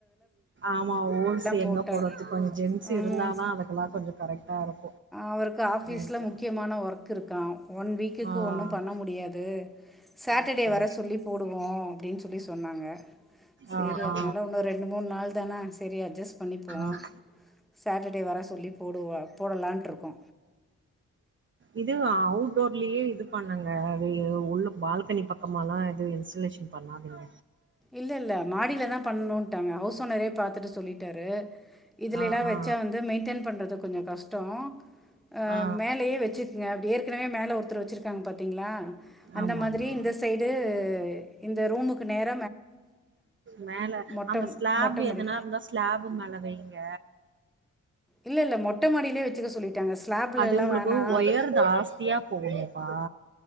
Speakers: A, on the right; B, in the centre.
A: ஆமா ஓல்ஸ் எங்க
B: போட்டு.
A: போடுறது கொஞ்சோ ஜென்ஸ்
B: ம்.
A: இருந்தா தா அதுக்கெல்லா கொஞ்சோ கரெக்டா இருக்கு
B: அவருக்கு, ஆபீஸ்ல
A: எனக்கு
B: முக்கியமான ஒர்க் இருக்கு கா ஒன் வீக்குக்கு
A: ஆ
B: ஒன்னு பண்ண முடியாது, சாட்டர்டே
A: ஓகே
B: வர சொல்லி போடுவோ அப்படின் சொல்லி சொன்னாங்க சரி
A: ஆ
B: அதனால
A: ஆ
B: உண்ணு ரெண்டு, மூணு நாள் தானே சரி அட்ஜஸ் பண்ணிப்போ
A: ஆ
B: சாட்டர்டே வர சொல்லி போடுவோ க்காட்ருகோ
A: இது அவுட்டோர்லயே இது பண்ணுங்க அது உள்ள பால்கனி பக்கமாலா இது இன்சுலேஷன் பண்ணாதீங்க
B: இல்லல்ல மாடிலதா பண்ணணுண்ட்டாங்க ஹவுஸ் ஓனரே பாத்துட்டு சொல்லிட்டாரு இதுலலா
A: ஆ ஆ
B: வச்சா வந்து மெயின்டன் பண்றது கொஞ்சோ கஷ்டோ அஹ
A: ஆ
B: மேலயே வச்சுருக்க ஏற்கனவே மேல ஒருத்தர் வச்சுருக்காங்க பாத்தீங்களா அந்த
A: ஆமா
B: மாதிரி
A: ஆமா
B: இந்த சைடு இந்த ரூமுக்கு நேர
A: மேல
B: மொட்டை
A: அந்த ஸ்லாப்
B: மொட்டை மாடி
A: எதனா இருந்தா ஸ்லாப் மேல வைங்க
B: இல்லல்ல மொட்ட மாடிலயே வச்சுக்க சொல்லிட்டாங்க ஸ்லாப்லலா
A: அது உங்களுக்கு
B: வேணா
A: ஒயர் ஜாஸ்தியா போகுமேப்பா